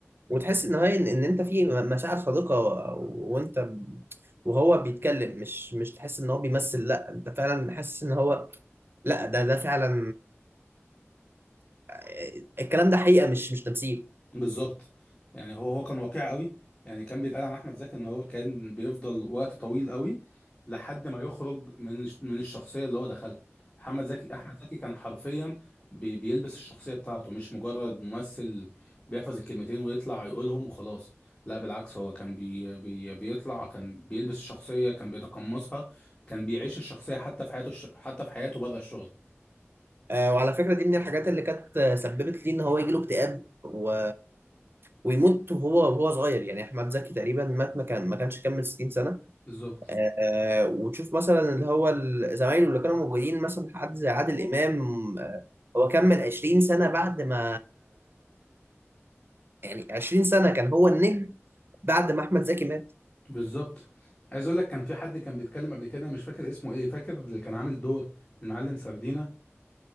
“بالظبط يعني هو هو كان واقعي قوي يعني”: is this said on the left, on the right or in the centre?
Left